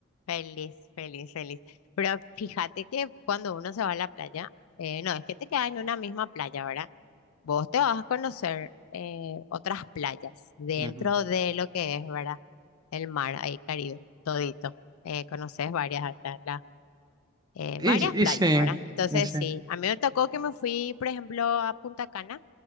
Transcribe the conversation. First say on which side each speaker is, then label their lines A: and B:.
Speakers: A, on the left; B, on the right.
A: feliz, feliz, feliz. Pero fíjate que cuando uno se va a la playa, eh, no es que te quedas en una misma playa, ¿verdad? Vos te vas a conocer eh, otras playas dentro
B: Ujú.
A: de lo que es, ¿verdad? El mar, ahí Caribe, todito. Eh, conoces varias, ahí están las, eh,
B: Y,
A: varias playas,
B: y sí,
A: ¿verdad? Entonces,
B: y sí,
A: sí, a mí me tocó que me fui, por ejemplo, a Punta Cana